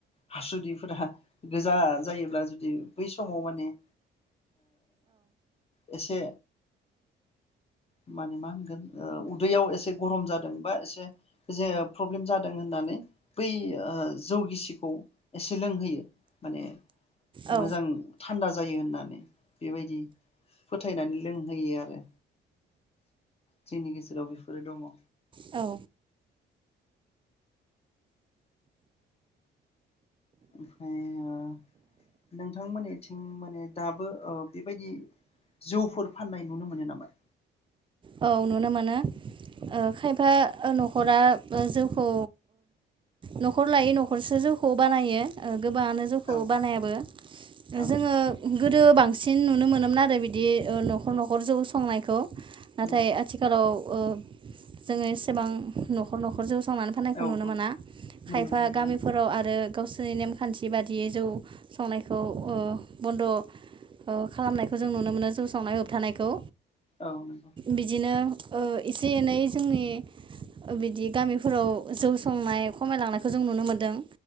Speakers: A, on the left (about 30°); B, on the right (about 25°).
A: हासुदैफोरा गोजा जायोब्ला जुदि बै समाव माने ओ एसे माने मा होनगोन ओ उदैयाव एसे गरम जादों बा एसे जे प्रब्लेम जादों होननानै बै अ ब गिसिखौ एसे लोंहोयो माने
B: औ
A: मोजां थान्दा जायो होननानै बेबायदि फोथायनानै लोंहोयो आरो जोंनि गेजेराव बेफोरो दङ
B: औ
A: ओमफ्राय नोंथांमोननिथिं माने दाबो बेबायदि जौफोर फाननाय नुनो मोनो नामा
B: औ नुनो मोनो खायफा न'खरा जौखौ न'खर लायै न'खरसो जौखौ बानायो गोबाङानो जौखौ
A: औ
B: बानायाबो
A: औ
B: जोङो गोदो बांसिन नुनो मोनोमोन आरो बिदि न'खर न'खर जौ संनायखौ नाथाय
A: नंगौ
B: आथिखालाव ओ जोङो एसेबां न'खर न'खरजों फसंनानै फाननायखौ
A: औ
B: नुनो मोना खायफा
A: नुनो मोनदां
B: गामिफोराव आरो गावसोरनि नेमखान्थि बादियै जौ संनायखौ ओ बन्द' ओ खालामनायखौ जों नुनो मोनो जौ संनाय होबथानायखौ
A: औ नंगौ
B: बिदिनो एसे एनै जोंनि बिदि गामिफोराव जौ संनाय खमायलांनायखौ जों नुनो मोनदों